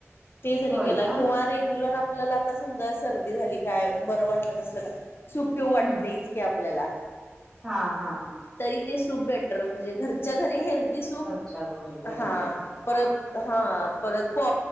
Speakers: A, on the left; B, on the right.
A: ते जरी
B: होय
A: केला
B: का
A: किंवा रेग्युलर आपल्याला आता समजा सर्दी झाली काय बरं वाटलं नसल काय? सपेव वाटतेच
B: हम्म
A: काी आपल्याला.
B: हा हा.
A: तरी ते सूप बेटर म्हणजे घरच्या घरी हेल्दी सूप
B: घरच्या घरी हेल्दी
A: हा परत. हा परत प